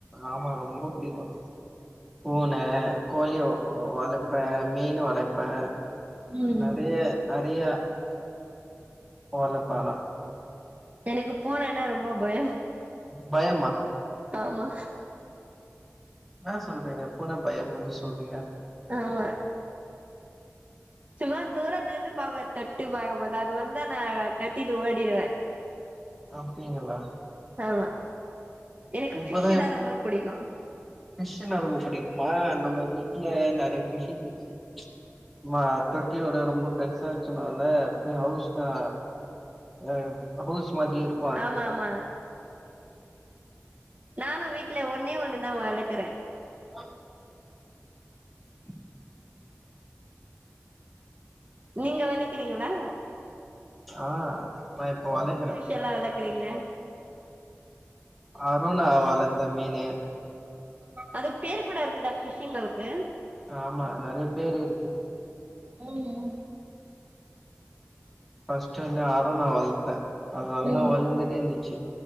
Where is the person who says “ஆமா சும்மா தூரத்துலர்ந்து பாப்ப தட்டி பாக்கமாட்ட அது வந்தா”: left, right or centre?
Right